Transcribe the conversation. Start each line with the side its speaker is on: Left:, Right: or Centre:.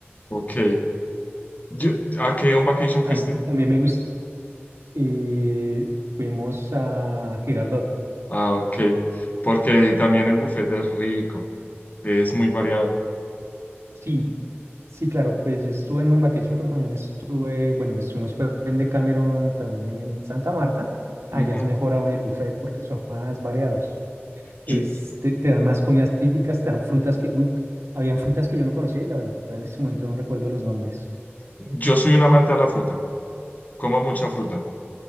Left: Ok. Yo- ¿a qué on vacation
Right: Tam-
Left: fuiste?
Right: También me gusta. Eh, fuimos a Girardot.
Left: Ah, ok. Porque también el buffet es rico. Es muy variado.
Right: Sí, sí, claro, pues yo estuve en un vacation, pero también estuve, bueno, estuvimos fue en Decameron, también en Santa Marta. Allá
Left: Ujú.
Right: es mejor aún el buffet porque son más variados.
Left: Yo,
Right: es- te, te dan más comidas típicas, te dan frutas que, uy, habían frutas que yo no conocía y la verdad en este momento no recuerdo los nombres.
Left: yo soy un amante a la fruta, como mucha fruta.